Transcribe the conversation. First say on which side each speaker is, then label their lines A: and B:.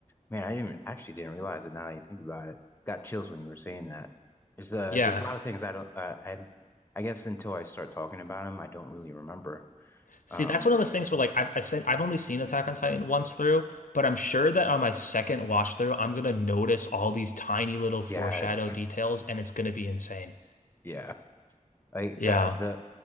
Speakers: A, on the left (about 15°); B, on the left (about 75°).
A: Man, I didn't actually didn't realize it now that you think about it. Got chills when you were saying that. There's uh
B: Yeah.
A: there's a lot of things I don't uh, I I guess until I start talking about them, I don't really remember.
B: See,
A: Um
B: that's one of those things where like I've I sent, I've only seen Attack on Titan once through, but I'm sure that on my second watch through, I'm gonna notice all these tiny little foreshadow
A: yes.
B: details
A: <laughs>
B: and it's gonna be insane.
A: Yeah. Like
B: Yeah.
A: uh the